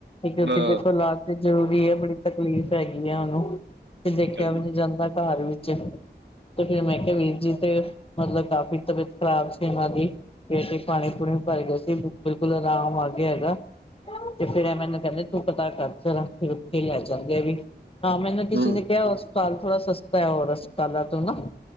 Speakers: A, on the left (about 30°); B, on the right (about 80°).
A: ਕਿਉਂਕਿ
B: ਹਾਂ
A: ਦੇਖੋ ਲਾ ਜੋਰ ਵੀ ਹੈ ਬੜੀ ਤਕਲੀਫ਼ ਹੈਗੀ ਆ ਉਹਨੂੰ ਤੇ ਦੇਖਿਆ
B: ਹਾਂਜੀ
A: ਵੀ ਨਹੀਂ ਜਾਂਦਾ ਘਰ ਵਿੱਚ। ਤੇ ਫਿਰ ਮੈਂ ਕਿਹਾ ਵੀਰ ਜੀ ਤੇ ਮਤਲਬ ਕਾਫ਼ੀ ਤਬੀਅਤ ਖ਼ਰਾਬ ਸੀ ਉਹਨਾਂ ਦੀ। ਪੇਟ ਚ ਪਾਣੀ-ਪੂਣੀ ਭਰ ਗਿਆ ਸੀ ਬਿਲਕੁਲ ਆਰਾਮ ਆ ਗਿਆ ਹੈਗਾ। ਤੇ ਫੇਿਰ ਇਹ ਮੈਨੂੰ ਕਹਿੰਦੇ ਤੂੰ ਪਤਾ ਕਰ ਜਰਾ, ਉੱਥੇ ਲੈ ਜਾਂਦੇ ਆ ਵੀ ਹਾਂ ਮੈਨੂੰ ਕਿਸੇ
B: ਹੂੰ
A: ਨੇ ਕਿਹਾ ਪਰ ਥੋੜਾ ਸਸਤਾ ਐ ਹੋਰ ਹਸਪਤਾਲਾ ਤੋਂ ਨਾ।